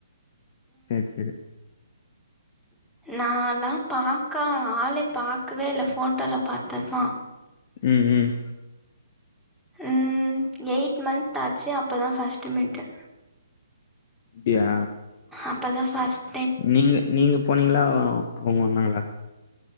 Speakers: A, on the left; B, in the centre.
A: சேரி சேரி
B: நா லா பாக் க்கா ஆள பாக்கவே இல்ல ஃபோட்டோல பாத்தது தா
A: ம் ம்
B: ம்ம எயித் மன்ந்த் ஆச்சு அப்போ தா ஃபஸ்ட்டு மீட்டு
A: அப்டியா
B: அப்பதா ஃபர்ஸ்ட்
A: நீங்க நீங்க போனீங்களா அவுங்க வந்தாங்களா